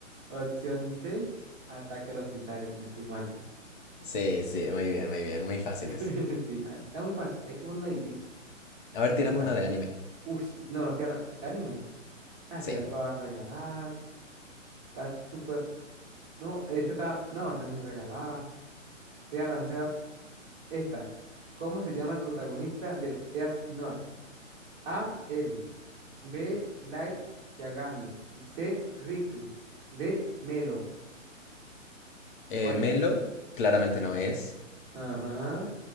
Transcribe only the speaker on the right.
opción C, ataque a los titanes, si no estoy mal.
<laughs> Sí, está, está muy fácil, hay que poner una difícil.
Esta,
uy, no, no, te habla- de anime. Ah,
quedan todas regaladas, está súper. No, esta está, no, está muy regalada. Te voy a lanzar esta. ¿Cómo se llama el protagonista de Death Note? A, L. B. Light Yagami. C. Riku. D. Melo.
¿Cuál
cre-
Ajá.